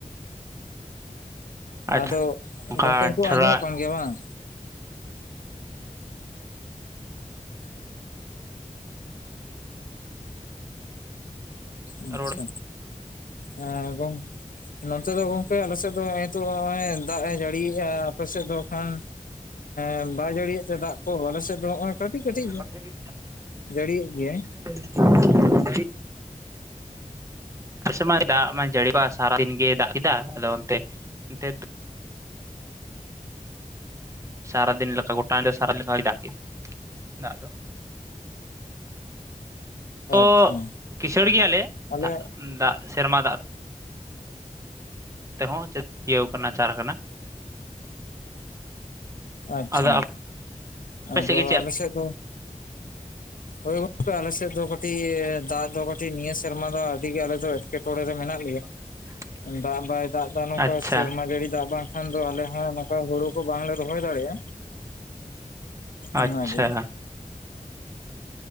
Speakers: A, on the right; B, on the left.
A: ᱟᱪᱪᱷᱟ
B: ᱟᱫᱚ
A: ᱚᱱᱠᱟ
B: ᱜᱚᱝᱠᱮ ᱱᱤᱛᱚᱜ
A: ᱛᱷᱚᱲᱟ
B: ᱟᱸᱡᱚᱢᱚᱜ ᱠᱟᱱ ᱜᱮᱭᱟ ᱵᱟᱝ᱾ ᱟᱪᱪᱷᱟ
A: ᱨᱚᱲ
B: ᱮᱸ ᱜᱚᱝᱼᱼ ᱱᱚᱛᱮ ᱫᱚ ᱜᱚᱝᱠᱮ ᱟᱞᱮᱥᱮᱫ ᱫᱚ ᱱᱤᱛᱚᱜ ᱱᱚᱜᱚᱭ ᱫᱟᱜ ᱮ ᱡᱟᱹᱲᱤᱭᱮᱫᱼᱟ ᱟᱯᱮᱥᱮᱫ ᱫᱚ ᱠᱷᱟᱱ᱾ ᱮᱸ ᱵᱟᱭ ᱡᱟᱹᱲᱤᱭᱮᱫ ᱛᱮ ᱫᱟᱜ ᱠᱚ ᱟᱞᱮ ᱥᱮᱫ ᱫᱚ ᱱᱚᱜᱼᱚᱭ ᱠᱟᱹᱴᱤᱡ ᱠᱟᱹᱴᱤᱡ
A: ᱟᱞᱮ
B: ᱡᱟᱹᱲᱤᱭᱮᱫ ᱜᱮᱭᱟᱭ᱾
A: <unintelligible> ᱟ ᱢᱟ ᱫᱟᱜ ᱢᱟᱭ ᱡᱟᱹᱲᱤᱚᱜ ᱥᱟᱨᱟᱫᱤᱱ ᱜᱮᱭ ᱫᱟᱜ ᱠᱮᱫᱟ ᱟᱫᱚ ᱚᱱᱛᱮ ᱛᱮ᱾ ᱥᱟᱨᱟ ᱫᱤᱱ ᱞᱮᱠᱟ ᱜᱚᱴᱟ ᱧᱤᱱᱫᱟᱹ ᱥᱟᱨᱟ ᱫᱤᱱ ᱞᱮᱠᱟ ᱫᱟᱜ ᱠᱯᱫ ᱫᱟᱜ ᱫᱚ᱾ ᱛᱚ
B: ᱟᱪᱪᱷᱟ
A: ᱠᱤᱥᱟᱹᱲ ᱜᱮᱭᱟᱞᱮ
B: ᱟᱞᱮ
A: ᱫᱟᱜ ᱫᱟᱜ ᱥᱮᱨᱢᱟ ᱫᱟᱜ ᱛᱮᱦᱚᱸ ᱪᱮᱫ ᱤᱭᱟᱹᱣ ᱠᱟᱱᱟ ᱪᱟᱨ ᱠᱟᱱᱟ
B: ᱟᱪᱪᱷᱟ
A: ᱟᱫᱚ ᱟᱯᱮ
B: ᱟᱫᱚ
A: ᱥᱮᱫ ᱜᱮ ᱪᱮᱫ
B: ᱟᱞᱮᱥᱮᱫ ᱫᱚ ᱦᱳᱭ ᱜᱚᱝᱠᱮ ᱟᱞᱮᱥᱮᱫ ᱫᱚ ᱠᱟᱹᱴᱤᱡ ᱫᱟᱜ ᱫᱚ ᱠᱟᱹᱴᱤᱡ ᱱᱤᱭᱟᱹ ᱥᱮᱨᱢᱟ ᱫᱚ ᱟᱹᱰᱤ ᱜᱮ ᱟᱞᱮ ᱫᱚ ᱮᱴᱠᱮᱴᱚᱬᱮ ᱨᱮ ᱢᱮᱱᱟᱜ ᱞᱮᱭᱟ᱾
A: <unintelligible>
B: ᱫᱟᱜ ᱵᱟᱭ ᱫᱟᱜ ᱮᱫᱟ ᱱᱚᱝᱠᱟ
A: ᱟᱪᱪᱷᱟ
B: ᱥᱮᱨᱢᱟ ᱡᱟᱹᱲᱤ ᱫᱟᱜ ᱵᱟᱝᱠᱷᱟᱱ ᱫᱚ ᱟᱞᱮᱦ ᱱᱚᱝᱠᱟ ᱦᱩᱲᱩ ᱠᱚ ᱵᱟᱝᱞᱮ ᱨᱚᱦᱚᱭ ᱫᱟᱲᱮᱭᱟᱜᱼᱟ᱾
A: ᱟᱪᱪᱷᱟ
B: ᱚᱱᱟᱜᱮ